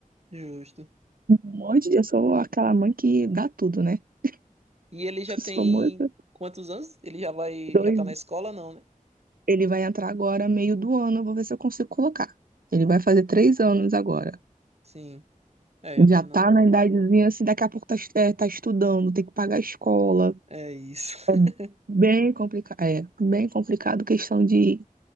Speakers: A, on the right; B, on the right.
A: Justo.
B: Um monte de... Eu sou aquela mãe que dá tudo, né? <laughs>
A: E ele já
B: Eu
A: tem
B: sou muito
A: quantos anos? Ele já vai,
B: doida.
A: já tá na escola, não, né?
B: Ele vai entrar agora, meio do ano, eu vou ver se eu consigo colocar. Ele vai fazer três anos agora.
A: Sim. É, já tá
B: Já
A: na.
B: tá na idadezinha, assim, daqui a pouco tá, es- é, tá estudando, tem que pagar a escola.
A: É isso.
B: É
A: <laughs>
B: bem complicado, é, bem complicado questão de